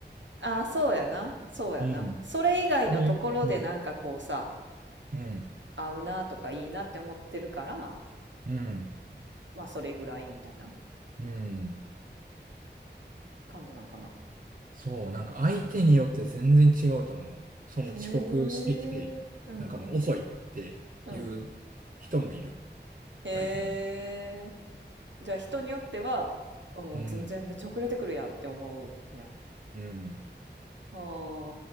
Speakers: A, on the right; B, on the right.
A: ああ、そうやな。そうやな。
B: うん。
A: それ以外のところでなんかこうさ、
B: それ、うん。うん。
A: 合うなとかいいなって思ってるから、
B: うん。
A: まあそれぐらいみたいな
B: うん。
A: 感じなんかな。
B: そう、なんか相手によって全然違うと思う。その遅刻してきて、
A: へえ。うんうん。
B: なんかもう遅いっていう人もいる。
A: うん。へえ。
B: 相手に。
A: じゃあ人によってはあもう全然めっちゃ遅れてくるやんって思うんや
B: うん、うん、
A: あー